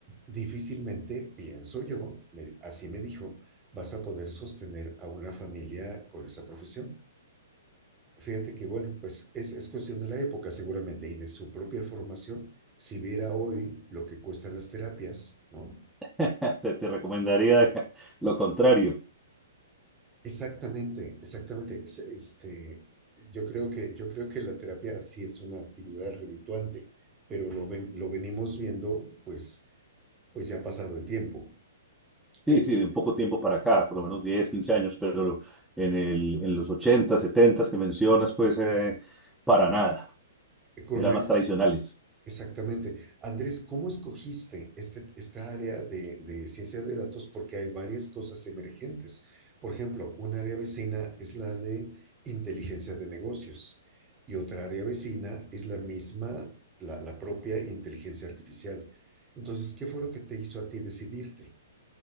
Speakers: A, on the right; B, in the centre.
A: difícilmente, pienso yo, me- así me dijo, vas a poder sostener a una familia con esa profesión. Fíjate que, bueno, pues es, es cuestión de la época seguramente y de su propia formación. Si viera hoy lo que cuestan las terapias, ¿no?
B: <laughs> te, te recomendaría lo contrario.
A: Exactamente, exactamente. Es- Este, yo creo que, yo creo que la terapia sí es una actividad redituante, pero lo, ven- lo venimos viendo pues, pues ya ha pasado el tiempo.
B: Sí,
A: Eh,
B: sí, de un poco tiempo para acá, por lo menos 10 15 años, pero en el, en los 80 70 que mencionas, pues eh, para nada.
A: correcto,
B: Eran más tradicionales.
A: Exactamente. Andrés, ¿cómo escogiste este, esta área de, de ciencia de datos? Porque hay varias cosas emergentes. Por ejemplo, un área vecina es la de inteligencia de negocios y otra área vecina es la misma, la, la propia inteligencia artificial. Entonces, ¿qué fue lo que te hizo a ti decidirte?